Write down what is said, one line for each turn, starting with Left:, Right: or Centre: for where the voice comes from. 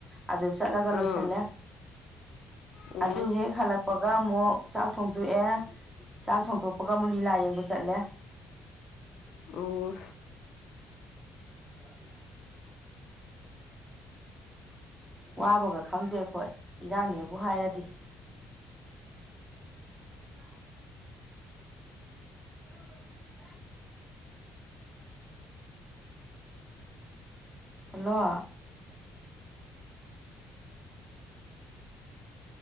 Centre: ꯑꯗꯨ ꯆꯠꯂꯒ
Left: ꯑꯥ
Centre: ꯂꯣꯏꯁꯤ ꯂ
Left: ꯑꯣ
Centre: ꯑꯗꯨ ꯍꯦ ꯍꯂꯛ ꯄꯒ ꯑꯃꯨꯛ ꯆꯥꯛ ꯊꯣꯡꯗꯣꯛꯑꯦ ꯆꯥꯛ ꯊꯣꯡꯗꯣꯛꯄꯒ ꯑꯃꯨꯛ ꯂꯤꯂꯥ ꯌꯦꯡꯕ ꯆꯠꯂꯦ
Left: ꯑꯣ
Centre: ꯎ ꯋꯥꯕꯒ ꯈꯪꯗꯦ ꯑꯩꯈꯣꯏ ꯏꯔꯥꯡꯅꯦꯕꯨ ꯍꯥꯏꯔꯗꯤ ꯎ <inaudible> ꯍꯜꯂꯣ